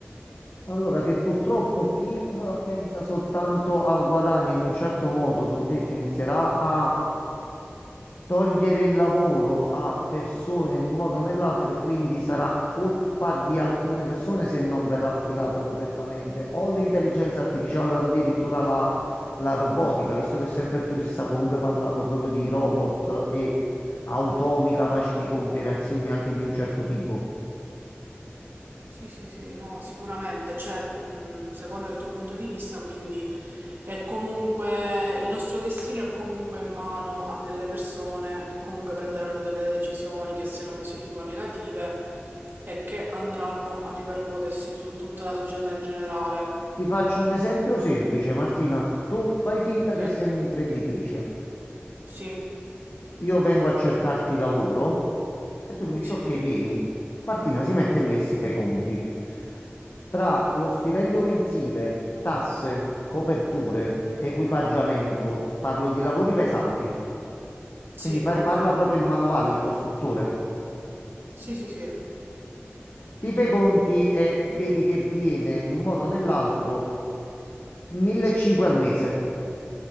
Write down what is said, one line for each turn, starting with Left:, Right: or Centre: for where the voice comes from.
Left: Allora, che purtroppo chi eh, pensa soltanto al guadagno in un certo modo, t'ho detto, inizierà a togliere il lavoro a persone in un modo o nell'altro e quindi sarà colpa di alcune persone se non verrà applicato correttamente o l'intelligenza artificiale o addirittura la, la robotica, visto che sempre più si sta comunque parlando proprio di robot e automi capaci di compiere azioni anche di un certo tipo.
Right: Sì, sì, sì, no, sicuramente, cioè, mh, secondo il tuo punto di vista, quindi è comunque il nostro destino è comunque in mano a delle persone che comunque prenderanno delle decisioni che siano positive o negative e che andranno a ripercuotersi su tutta la società in generale.
Left: Ti faccio un esempio semplice, Martina. Tu fai finta
Right: Ok,
Left: che sei un'imprenditrice.
Right: sì,
Left: Io vengo a cercarti lavoro. E tu mi dici,
Right: sì,
Left: ok, vieni. Martina si mette lì e si fa i conti. Tra lo stipendio mensile, tasse, coperture, equipaggiamento, parlo di lavori pesanti,
Right: sì,
Left: quindi fai-
Right: ok,
Left: parla proprio il manovale, il costruttore.
Right: sì, sì, sì,
Left: Ti fai i conti e vedi che viene in un modo o nell'altro 1.500 al mese,